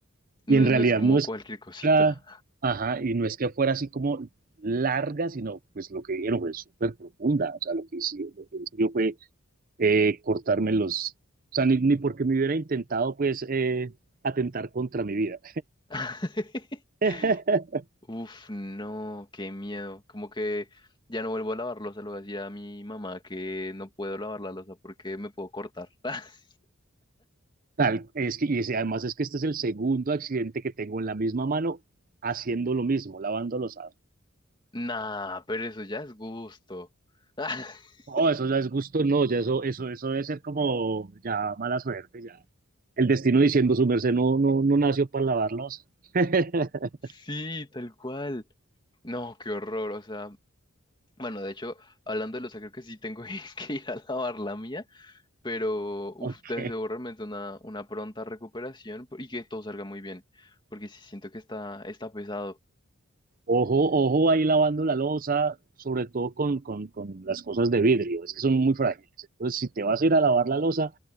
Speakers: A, on the right (about 40°); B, on the left (about 20°).
A: Y
B: no,
A: en realidad
B: no es como
A: no es
B: cualquier
A: que
B: cosita.
A: fuera, ajá, y no es que fuera así como larga, sino pues lo que dijeron fue súper profunda. O sea, lo que hice, lo que hice yo fue eh, cortarme los, o sea, ni, ni porque me hubiera intentado pues eh, atentar contra mi vida.
B: <laughs>
A: <laughs>
B: Uf, no, qué miedo, como que ya no vuelvo a lavar losa, le voy a decir a mi mamá que no puedo lavar la losa porque me puedo cortar. <laughs>
A: Tal, es que, y ese- además es que este es el segundo accidente que tengo en la misma mano haciendo lo mismo, lavando los
B: Nah, pero eso ya es gusto. <laughs>
A: No, eso ya es gusto, no, ya eso, eso, eso debe ser como ya mala suerte, ya. El destino diciendo su merced no, no, no nació para lavar losa. <laughs>
B: Sí, tal cual. No, qué horror. O sea, bueno, de hecho, hablando de los creo que sí tengo <laughs> que ir a lavar la mía, pero uf,
A: Okay.
B: te deseo realmente una, una pronta recuperación y que todo salga muy bien, porque sí siento que está, está pesado.
A: Ojo, ojo ahí lavando la losa, sobre todo con, con, con las cosas de vidrio, es que son muy frágiles. Entonces, si te vas a ir a lavar la losa,